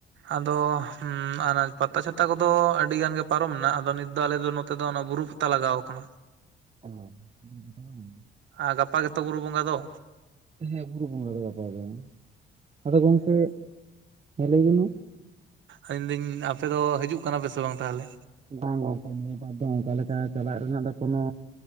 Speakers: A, on the right; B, on the right.
A: ᱟᱫᱚ ᱦᱮᱸ ᱚᱱᱟ ᱯᱟᱛᱟ ᱪᱷᱟᱛᱟ ᱠᱚᱼᱫᱚ ᱟᱹᱰᱤ ᱜᱟᱱ ᱜᱮ ᱯᱟᱨᱚᱢᱮᱱᱟ᱾ ᱟᱫᱚ ᱱᱤᱛ ᱫᱚ ᱟᱞᱮᱫᱚ ᱱᱚᱛᱮ ᱫᱚ ᱚᱱᱟ ᱵᱩᱨᱩ ᱯᱟᱛᱟ ᱞᱟᱜᱟᱣ ᱟᱠᱟᱱᱟ᱾
B: <unintelligible>
A: ᱟᱨ ᱜᱟᱯᱟ ᱜᱮᱛᱚ ᱵᱩᱨᱩ ᱵᱚᱺᱜᱟ ᱫᱚ᱾
B: ᱦᱮᱸ ᱵᱩᱨᱩ ᱵᱚᱸᱜᱟ ᱫᱚ ᱜᱟᱯᱟ ᱜᱮ᱾ ᱟᱫᱚ ᱜᱚᱝᱠᱮ ᱦᱮᱸ ᱞᱟᱹᱭ ᱵᱤᱱ
A: ᱟᱫᱟᱹᱧ ᱟᱯᱮ ᱫᱚ ᱦᱤᱡᱩᱼᱜ ᱠᱟᱱᱟ ᱯᱮ ᱾ᱥᱮ ᱵᱟᱝ ᱛᱟᱦᱚᱞᱮ?
B: ᱵᱟᱝ ᱜᱚᱝᱠᱮ ᱱᱤᱭᱟᱹ ᱵᱟᱨ ᱫᱚ ᱚᱱᱠᱟ ᱞᱮᱠᱟ ᱪᱟᱞᱟᱜ ᱨᱮᱱᱟᱜ ᱫᱚ ᱠᱳᱱᱳ